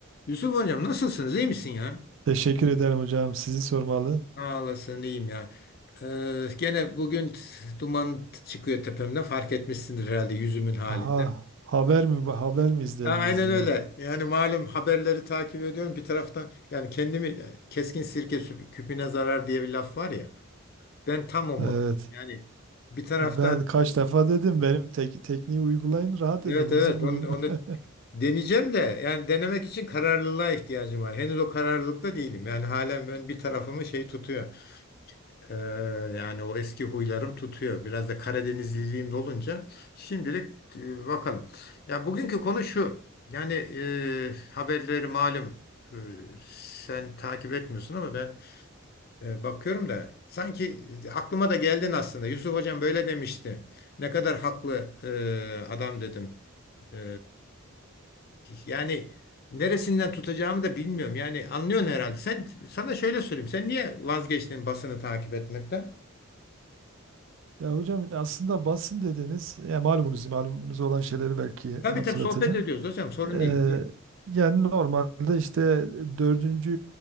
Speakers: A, on the left (about 45°); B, on the right (about 60°).
A: Yusuf hocam nasılsınız? İyi misin ya?
B: Teşekkür ederim hocam. Sizi sormalı.
A: Ağlasın iyiyim ya. Ee, gene bugün t- duman t- çıkıyor tepemden fark etmişsindir herhalde yüzümün halinde.
B: Aha, haber mi haber mi izlediniz
A: A- Aynen
B: yine?
A: öyle. Yani malum haberleri takip ediyorum bir taraftan yani kendimi e, keskin sirke sü- küpüne zarar diye bir laf var ya. Ben tam o mod.
B: Evet.
A: Yani bir taraftan
B: Ben kaç defa dedim benim tek, tekniği uygulayın, rahat
A: evet
B: edin, huzur
A: evet
B: bulun.
A: onu, onu
B: <laughs>
A: deneyeceğim de yani denemek için kararlılığa ihtiyacım var. Henüz o kararlılıkta değilim. Yani halen ben bir tarafımı şey tutuyor. Ee, yani o eski huylarım tutuyor. Biraz da Karadenizliliğim de olunca şimdilik e, bakalım. Ya bugünkü konu şu. Yani e, haberleri malum e, sen takip etmiyorsun ama ben e, bakıyorum da sanki aklıma da geldin aslında. Yusuf Hocam böyle demişti. Ne kadar haklı e, adam dedim. E, yani neresinden tutacağımı da bilmiyorum. Yani anlıyorsun herhalde. Sen sana şöyle söyleyeyim. Sen niye vazgeçtin basını takip etmekten?
B: Ya hocam aslında basın dediniz. Ya malumunuz, malumunuz olan şeyleri belki
A: Tabii
B: hatırlatacağım.
A: tabii sohbet ediyoruz hocam sorun
B: Ee,
A: değil, değil mi?
B: yani normalde işte dördüncü